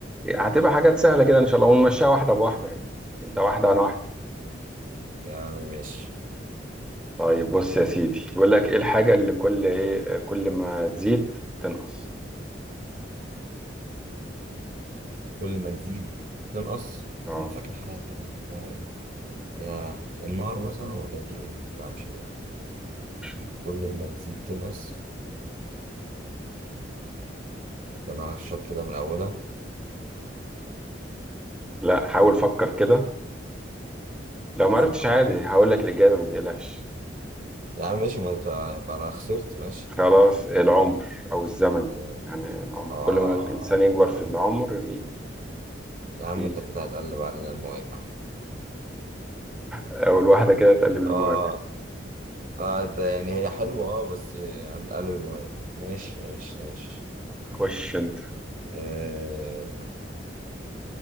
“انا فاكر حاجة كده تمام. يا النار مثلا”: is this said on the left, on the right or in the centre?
Right